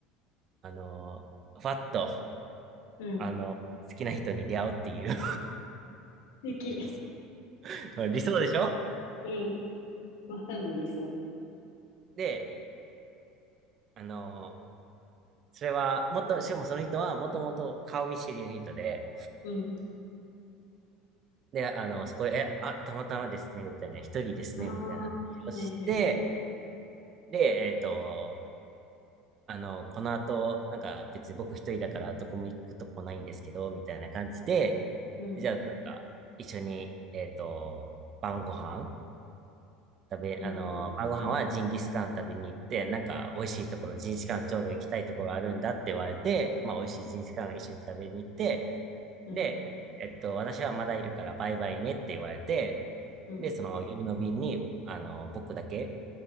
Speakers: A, on the right; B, on the left.
A: あの、ふわっと、
B: うん。
A: あの、
B: 素
A: 好きな人に出会うっていう
B: 敵。
A: <laughs>
B: <laughs>
A: 理想理想でしょ
B: うん。まさに理想。
A: で、あの、それは、もっと、しかもその人はもともと顔見知りの人で、
B: うん。
A: で、あの、そこで、え、あ、たまたまですね、みたいな、一人ですね、
B: ああ、
A: みたいな話をして、
B: はいはいはい。
A: で、えっと、あの、この後、なんか別に僕一人だからどこも行くとこないんですけど、みたいな感じで、
B: うん。
A: じゃあなんか一緒に、えっと、晩ご飯食べ、
B: うん。
A: あの、
B: うん。
A: 晩ご飯はジンギスカン食べに行って、なんか美味しいところ、ジンギスカンちょうど行きたいところあるんだって言われて、まあ美味しいジンギスカン一緒に食べに行って、
B: うん。
A: で、えっと、私はまだいるからバイバイねって言われて、
B: うん。
A: で、その夜の便に、あの、僕だけ、